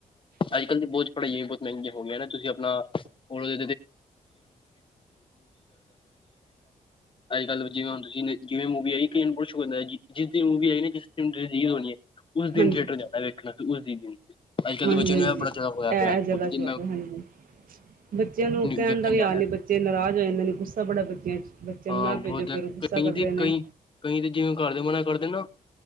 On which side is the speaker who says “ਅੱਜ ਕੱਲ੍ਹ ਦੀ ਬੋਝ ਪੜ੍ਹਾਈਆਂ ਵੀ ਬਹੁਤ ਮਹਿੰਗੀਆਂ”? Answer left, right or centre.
Left